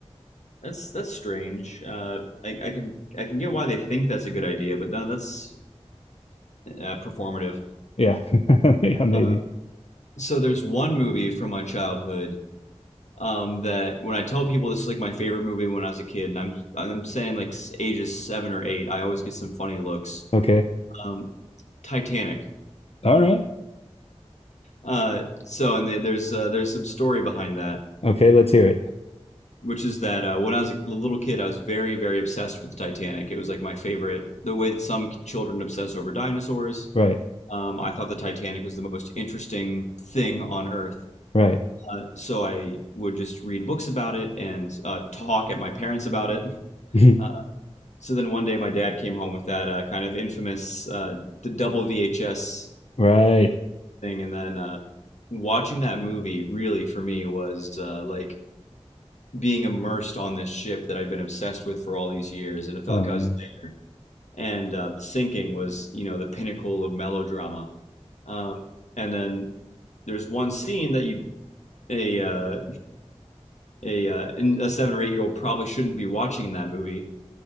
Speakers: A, on the left; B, on the left.
A: that's that's strange. Uh, I, I can I can get why they think that's a good idea, but no, that's uh, performative.
B: Yeah, <laughs> yeah, maybe.
A: Uh, so there's one movie from my childhood um, that when I tell people this is like my favorite movie when I was a kid, and I'm I'm saying like ages seven or eight, I always get some funny looks.
B: Okay,
A: Um, Titanic.
B: all right.
A: Uh, so and there- there's uh, there's some story behind that,
B: Okay, let's hear it.
A: which is that uh, when I was a little kid, I was very very obsessed with the Titanic. It was like my favorite. The way that some children obsess over dinosaurs,
B: Right,
A: um, I thought the Titanic was the most interesting thing on Earth.
B: right,
A: Uh, so I would just read books about it and uh, talk at my parents about it.
B: <laughs>
A: Uh, so then one day my dad came home with that uh, kind of infamous uh, the double VHS
B: right.
A: thing, and then uh, watching that movie really for me was uh, like being immersed on this ship that I'd been obsessed with for all these years, and it felt
B: Oh
A: like
B: man.
A: I was. And uh, the sinking was, you know, the pinnacle of melodrama. Um, and then there's one scene that you a uh, a uh, a seven or eight year old probably shouldn't be watching that movie,